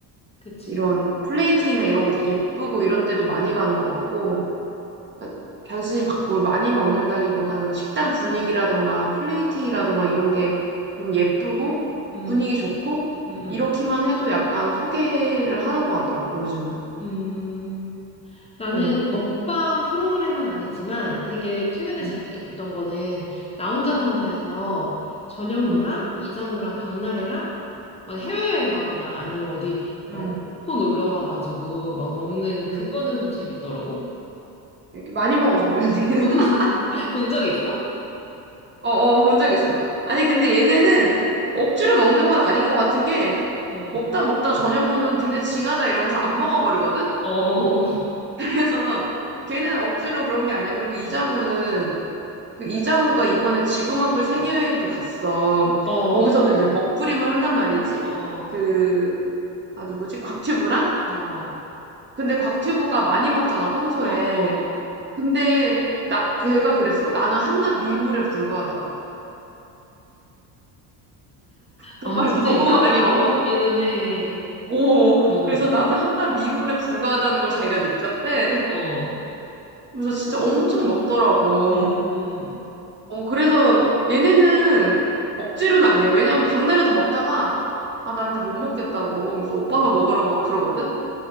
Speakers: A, on the left; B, on the right.
A: 그치,
B: 이런
A: 그치.
B: 플레이팅이나 이런 거 되게 예쁘고 이런 데도 많이 가는 것 같고, 그러니까 단순히 막 뭘 많이 먹는다기보다는 식당 분위기라던가 플레이팅이라던가 이런 게 좀 예쁘고
A: 음,
B: 분위기 좋고,
A: 음, 음.
B: 이렇게만 해도 약간 소개를 하는 것 같더라고, 요즘은.
A: 음. 나는
B: 응,
A: 먹방 프로그램은 아니지만 되게 최근에
B: 응,
A: 재밌게 봤던 거는 나 혼자 산다에서 전현무랑
B: 응,
A: 이장우랑 박나래랑 막 해외여행 가거나 아니면 어디 뭐
B: 응.
A: 놓고 놀러 가가지고 막 먹는
B: 응.
A: 그거는 좀 재밌더라고.
B: 이렇게 많이 먹어서 그래, 근데. <laughs>
A: <laughs> 본 적 있어?
B: 어, 어, 본 적 있어. 아니,
A: 아, 이거
B: 근데 얘네는 억지로 먹는 건 아닌 것 같은 게,
A: 어,
B: 먹다 먹다 전현무는 니네 징하다 이러면서 안 먹어버리거든?
A: 어,
B: 그래서 걔는 억지로 그런 게 아니야. 그리고 이장호는 그 이장호가 이번에 지구마블 세계여행도 갔어.
A: 어,
B: 거기서도 이제 음. 먹부림을 한단 말이지.
A: 어, 어.
B: 그, 아, 누구지? 곽튜브랑?
A: 아, 어,
B: 근데 곽튜브가 많이 먹잖아, 평소에.
A: 어, 어.
B: 근데 나, 걔가 그랬어. 나는 한낱 미물에 불과하다고. 정말
A: 아, 진짜
B: <laughs> 너무
A: 이장우
B: 많이
A: 많이
B: 먹어서.
A: 먹기는 해.
B: 오,
A: 어,
B: 그래서 나는 한낱 미물에 불과하다는 걸 자기가 느꼈대.
A: 어,
B: 그래서 진짜 엄청 먹더라고.
A: 음, 음.
B: 어, 그래서 얘네는 억지로는 아니야. 왜냐면 박나래도 먹다가, 아, 나 이제 못 먹겠다고. 하면서 오빠가
A: 음.
B: 먹으라고 막 그러거든?